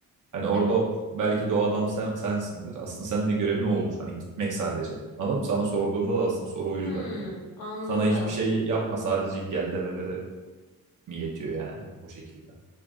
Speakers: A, on the right (about 60°); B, on the left (about 80°).
A: Hani orada
B: Evet.
A: belki de o adam sen, sensindir. Aslında senin de görevin o olur. Hani gitmek sadece. Anladın mı? Sana sorduğumda da aslında soru o
B: Hmm,
A: yüzden. Yani
B: anladım.
A: sana hiçbir şey yapma sadece gel demeleri mi yetiyor yani o şekilde.